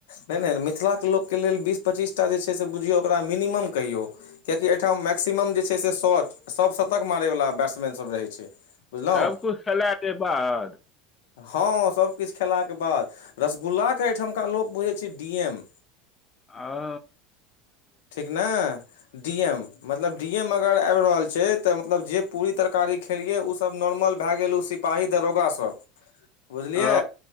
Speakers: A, on the left (about 80°); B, on the left (about 20°).
A: नहि नहि मिथिलाके लोकके लेल विस बीस पच्चीस टा बुझीओ मिनिमम कहियो है आइटम मक्सिम जे छै सो सभ शतक मारैवला बैट्समैन सभ रहै छै बुझलहुँ
B: सबकछु खेलाके बाद
A: हँ सभकिछु खेलाके बाद रसगुल्लाके एहिठमका लोक बुझै छै डी एम
B: ओ
A: ठीक ने डी एम मतलब डी मे अगर आब रहल छै त मतलब जे पूरी तरकारी खेलिये उ सब नॉर्मल भाए गेल उ सिपाही दारोगा सब बुझलिए
B: ओ